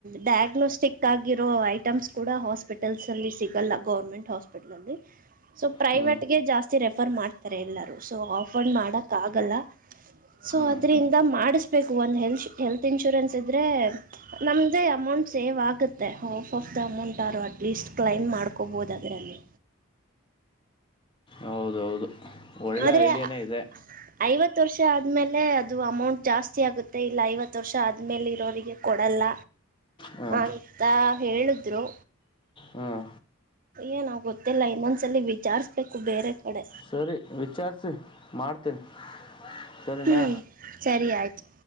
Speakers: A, on the right; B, on the left.
A: ಡಯಾಗ್ನೋಸ್ಟಿಕ್ ಆಗಿರೋ ಐಟಮ್ಸ್ ಕೂಡ ಹಾಸ್ಪಿಟಲ್ಸ್ ಅಲ್ಲಿ ಸಿಗೋಲ್ಲ ಗೌರ್ಮೆಂಟ್ ಹಪಿಲ್ಲ್ಲಿ ಸ ಪ್ರೈವಟ್ಗೆ
B: ಹ್ಞೂ
A: ಜಾಸ್ತಿ ರೆಫರ್ ಮಾಡ್ತಾರೆ ಎಲ್ಲೂ ಅಫಂಡ್ ಮಾಡೋಕ್ಕಾಗಲ್ಲ ಸೊ
B: ಹ್ಞೂ ಹ್ಞೂ
A: ಅದರಿಂದ ಮಾಡಿಸ್ಬೇಕು ಒಂದು ಹೆಲ್ಶ ಹೆಲ್ತ್ ಇನ್ಶೂರೆನ್ಸ್ ಇದ್ದರೆ ನಮ್ದೇ ಅಮೌಂಟ್ ಸೇವ್ ಆಗುತ್ತೆ ಹಾಫ್ ಆಫ್ ದ ಅಮೌಂಟ್ಾರರು ಅಟ್ಲೀಸ್ಟ್ ಕ್ಲೈಮ್ ಮಾಡ್ಕೊಬೋದು ಅದರಲ್ಲಿ
B: ಹೌದೌದು ಒಳ್ಳೆ
A: ಆದ್ರೆ
B: ಐಡಿಯಾನೇ ಇದೆ
A: <inaudible> ಐವತ್ತು ವರ್ಷ ಆದ್ಮೇಲೆ ಅದು ಅಮೌಂಟ್ ಜಾಸ್ತಿ ಆಗುತ್ತೆ ಇಲ್ಲ ಐವತ್ತು ವರ್ಷ ಆದ್ಮೇಲೆ ಇರೋರಿಗೆ ಕೊಡಲ್ಲ
B: ಹಾಂ
A: ಅಂತ ಹೇಳಿದ್ರು
B: ಹಾಂ
A: ಏನಾ್ ಗೊತ್ತಿಲ್ಲ ಇಮನ್ಸಲ್ಲಿ ವಿಚಾರಿಸ್ಬೇಕು ಬೇರೆ ಕಡೆ
B: ಸರಿ ವಿಚಾರಿಸಿಿ ಮಾಡ್ತೀನಿ ಸರಿನಾ
A: ಹ್ಮ್ ಸರಿ ಆಯ್ತು